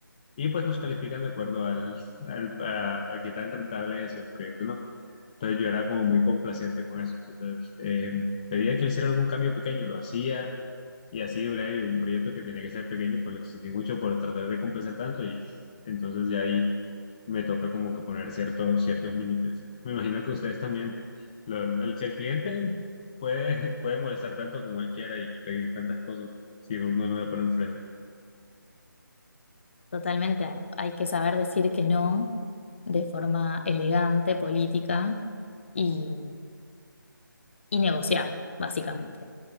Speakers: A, on the left; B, on the left.
A: Y pues nos califican de acuerdo al, al- a, a qué tan rentable haya sido el proyecto, ¿no? Entonces yo era como muy complaciente con eso. Entonces eh, pedían que le hiciera algún cambio pequeño, lo hacía y así duré y un proyecto que tenía que ser pequeño, pues lo extendí mucho por tratar de complacer tanto y entonces ya ahí me toca como que poner ciertos, ciertos límites. Me imagino que ustedes también. Lo- el, si el cliente
B: Sí.
A: puede, <laughs> puede molestar tanto como él quiera y pedir tantas cosas, si uno no le pone un freno.
B: Totalmente, hay que saber decir que no de forma elegante, política y, y negociar, básicamente,